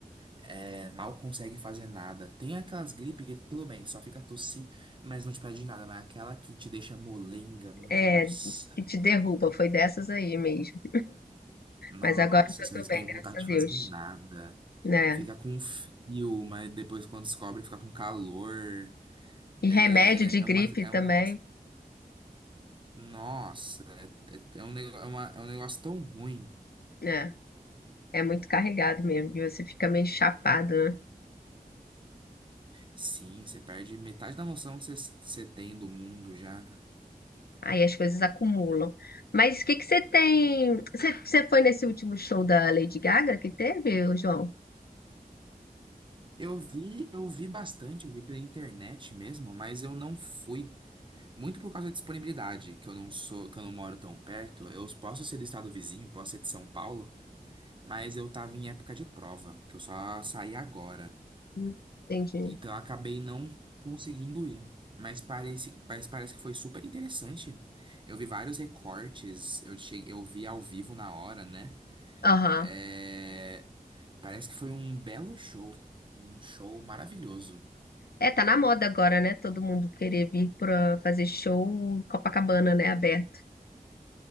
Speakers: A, on the right; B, on the left.
A: é, mal consegue fazer nada. Tem aquelas gripes que tudo bem, só fica tossindo, mas não te pede nada. Mas aquela que te deixa molenga, nossa,
B: é, que te derruba, foi dessas aí mesmo.
A: nossa,
B: Mas agora eu já
A: você
B: tô
A: não
B: bem,
A: tem
B: graças
A: vontade
B: a
A: de
B: Deus,
A: fazer nada.
B: né?
A: Fica com frio, mas depois quando descobre fica com calor.
B: E
A: É,
B: remédio de
A: é
B: gripe
A: uma, é
B: também,
A: um negócio. Nossa, é, é- é um, nego- é uma- é um negócio tão ruim.
B: né? É muito carregado mesmo, e você fica meio chapado, né?
A: Sim, você perde metade da noção que você, você tem do mundo já.
B: Aí as coisas acumulam. Mas o que que você tem? Você, você foi nesse último show da Lady Gaga que teve, João?
A: Eu vi, eu vi bastante, eu vi pela internet mesmo, mas eu não fui. Muito por causa da disponibilidade, que eu não sou, que eu não moro tão perto. Eu posso ser do estado vizinho, posso ser de São Paulo, mas eu tava em época de prova, porque eu só saí agora.
B: Hum, Entendi.
A: Então eu acabei não conseguindo ir. Mas parece, mas parece que foi super interessante. Eu vi vários recortes, eu cheguei, eu vi ao vivo na hora, né?
B: Aham.
A: É, parece que foi um belo show, um show maravilhoso.
B: É, tá na moda agora, né? Todo mundo querer vir pra fazer show em Copacabana, né? Aberto.